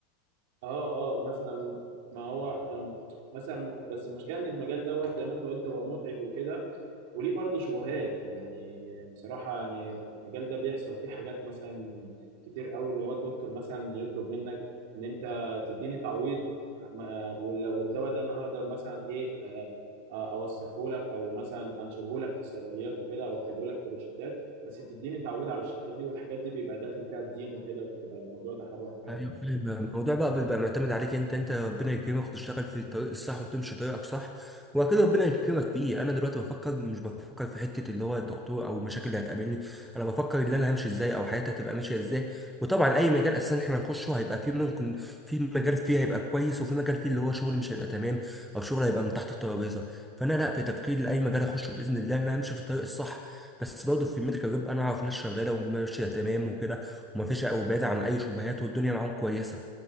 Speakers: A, on the right (about 55°); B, in the centre.
A: اه اه مثلا ما هو أم، مثلا بس المشكله ان المجال دوت زي ما انت قلت هو متعب وكده وليه برضه شبهات يعني بصراحه يعني المجال ده بيحصل فيه حاجات مثلا كتير قوي اللي هو الدكتور مثلا يطلب منك ان انت تديني تعويض ما- وال- والدواء ده انا هقدر مثلا ايه آه، آه، اوصفه لك او مثلا انشره لك في الصيدليات وكده او اكتبه لك في الروشتات بس تديني تعويض على الروشتات دي والحاجات دي بيبقى داخل فيها الدين وكده وبتبقى الموضوع ده حرام فاهم
B: ايوه فاهم الموضوع بقى بيبقى معتمد عليك انت انت ربنا يكرمك وتشتغل في الطريق الصح وتمشي طريقك صح وبعد كده ربنا يكرمك فيه انا دلوقتي بفكر مش بفكر في حته اللي هو الدكتور او المشاكل اللي هتقابلني انا بفكر ان انا همشي ازاي او حياتي هتبقى ماشيه ازاي وطبعا اي مجال اساسا احنا هنخشه هيبقى فيه ممكن في مجال فيه هيبقى كويس وفي مجال فيه اللي هو شغل مش هيبقى تمام او شغل هيبقى من تحت الترابيزه فانا لا في تفكير لاي مجال اخشه باذن الله ان انا همشي في الطريق الصح بس برضه في الميديكال ريب انا اعرف ناس شغاله وماشيه تمام وكده ومفيش وبعيد عن اي شبهات والدنيا معاهم كويسه